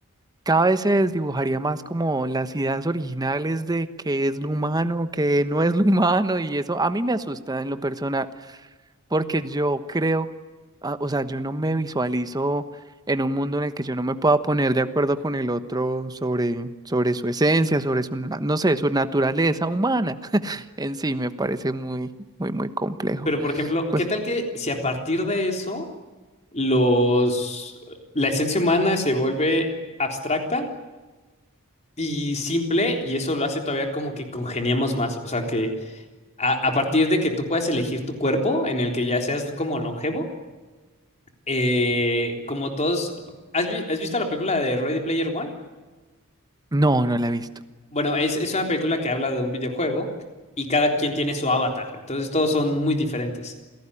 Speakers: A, on the right; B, on the left.
A: cada vez se desdibujaría más como las ideas originales de qué es lo humano, qué no es lo <laughs> humano y eso a mí me asusta en lo personal. porque yo creo, ah, o sea, yo no me visualizo en un mundo en el que yo no me pueda poner de acuerdo con el otro sobre, sobre su esencia, sobre su, na- no sé, su naturaleza humana <laughs> en sí, me parece muy, muy, muy complejo.
B: Pero, por ejemplo,
A: Pues
B: ¿qué tal que si a partir de eso los la esencia humana se vuelve abstracta y simple y eso lo hace todavía como que congeniamos más? O sea, que a, a partir de que tú puedas elegir tu cuerpo en el que ya seas como longevo, eh, como todos... ¿Has, vi- has visto la película de Ready Player One?
A: no, no la he visto.
B: Bueno, es, es una película que habla de un videojuego y cada quien tiene su avatar, entonces todos son muy diferentes.